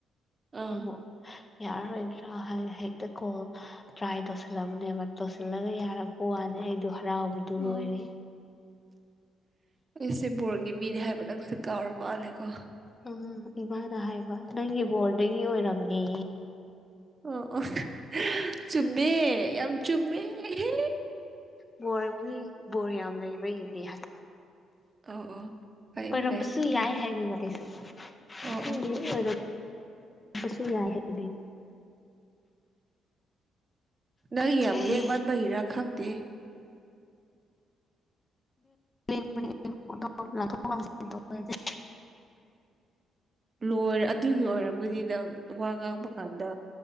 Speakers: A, on the right; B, on the left.
A: ꯑꯥ
B: ꯎꯝ ꯌꯥꯔꯔꯣꯏꯗ꯭ꯔꯥ ꯍꯥꯏꯅ ꯍꯦꯛꯇ ꯀꯣꯜ ꯇ꯭ꯔꯥꯏ ꯇꯧꯁꯤꯜꯂꯕꯅꯦꯕ ꯇꯧꯁꯤꯜꯂꯒ ꯌꯥꯔꯛꯄ ꯋꯥꯅꯤ ꯑꯩꯗꯣ ꯍꯔꯥꯎꯕꯗꯨ ꯂꯣꯏꯔꯦ
A: ꯑꯣ ꯑꯩꯁꯦ ꯕꯣꯔꯒꯤ ꯃꯤꯅꯦ ꯍꯥꯏꯕ ꯅꯪꯁꯦ ꯀꯥꯎꯔ ꯃꯥꯜꯂꯦꯀꯣ
B: ꯑꯝ ꯏꯃꯥꯅ ꯍꯥꯏꯕ ꯅꯪꯒꯤ ꯕꯣꯔꯗꯒꯤ ꯑꯣꯏꯔꯝꯅꯤ
A: ꯑꯣ ꯑꯣ ꯆꯨꯝꯃꯦ ꯌꯥꯝ ꯆꯨꯝꯃꯦꯍꯦ
B: ꯕꯣꯔꯃꯤ ꯕꯣꯔ ꯌꯥꯝ ꯂꯩꯕꯒꯤꯅꯦ ꯍꯥꯏ
A: ꯑꯣ ꯑꯣ ꯐꯩ
B: ꯑꯣꯏꯔꯝꯕꯁꯨ
A: ꯐꯩ
B: ꯌꯥꯏ ꯍꯥꯏꯕꯤꯕ ꯑꯩꯁꯨ
A: ꯑꯣ
B: ꯈꯪꯗꯦ
A: ꯑꯣ
B: ꯑꯣꯢꯔꯝꯕꯁꯨ ꯌꯥꯢ ꯍꯥꯢꯕꯩ
A: ꯅꯪ
B: ꯈꯪꯗ꯭ꯔꯦ
A: ꯌꯥꯝ ꯂꯦꯡꯃꯟꯕꯒꯤꯔ ꯈꯪꯗꯦ
B: ꯂꯦꯡꯕꯅꯦ ꯑꯩ ꯋꯥꯡꯋꯣꯛ ꯂꯥꯡꯊꯣꯛ ꯂꯥꯡꯖꯤꯟ ꯇꯧꯕꯖꯦ
A: ꯂꯣꯏꯔꯦ ꯑꯗꯨꯒꯤ ꯑꯣꯏꯔꯝꯒꯅꯤ ꯅꯪ ꯋꯥ ꯉꯥꯡꯕ ꯀꯥꯟꯗ